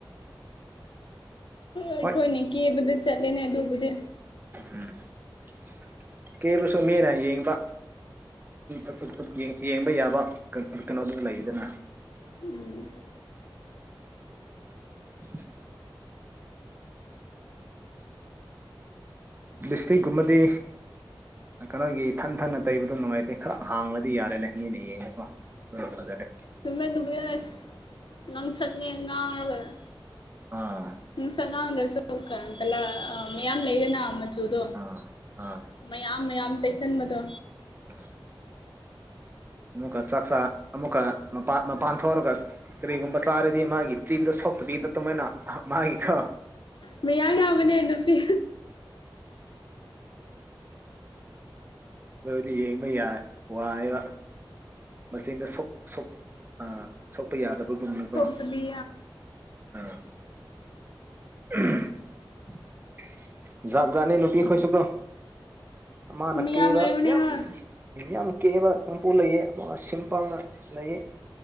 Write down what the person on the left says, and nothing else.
ꯑꯩꯈꯣꯏꯅ
ꯀꯦꯕꯗ ꯆꯠꯂꯦꯅꯦ ꯑꯗꯨꯕꯨꯗꯤ
ꯎꯝ
ꯆꯨꯝꯃꯦ ꯑꯗꯨꯕꯤꯗ ꯑꯁ ꯉꯥꯡꯁꯛꯅꯦ ꯉꯥꯡꯔꯒ
ꯉꯥꯡꯁꯛ ꯉꯥꯡꯗ꯭ꯔꯁꯨ ꯀꯂꯥ ꯃꯌꯥꯝ ꯂꯩꯌꯦꯅ ꯃꯆꯨꯗꯣ
ꯃꯌꯥꯝ ꯃꯌꯥꯝ ꯇꯩꯁꯟꯕꯗꯣ
ꯃꯌꯥꯝ ꯌꯥꯎꯕꯅꯦ ꯅꯨꯄꯤ
ꯁꯣꯛꯇꯕꯤ
ꯃꯌꯥꯝ
ꯂꯩꯕꯅꯦ
ꯍꯣꯏ